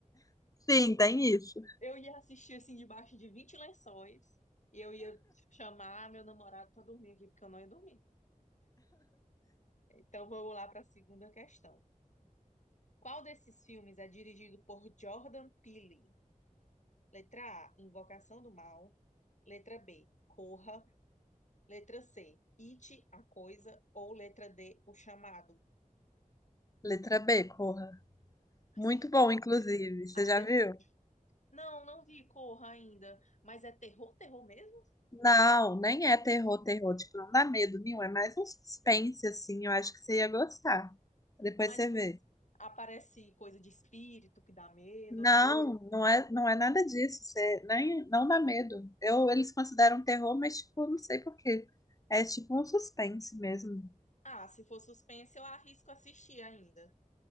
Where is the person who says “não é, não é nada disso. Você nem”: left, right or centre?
Left